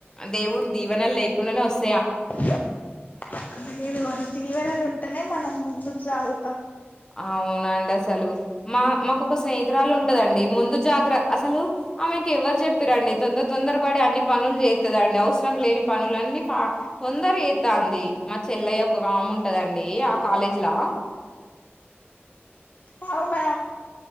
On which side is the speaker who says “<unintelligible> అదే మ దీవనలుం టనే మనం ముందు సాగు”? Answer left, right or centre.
Left